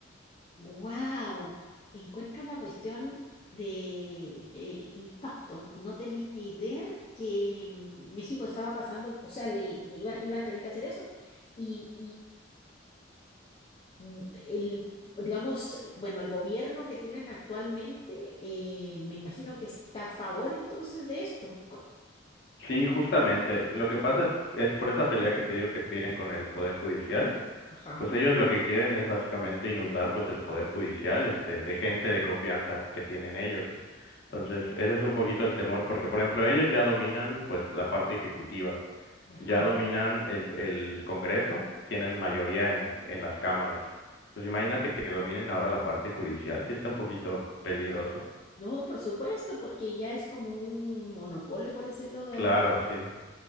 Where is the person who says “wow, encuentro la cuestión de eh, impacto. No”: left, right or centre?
Left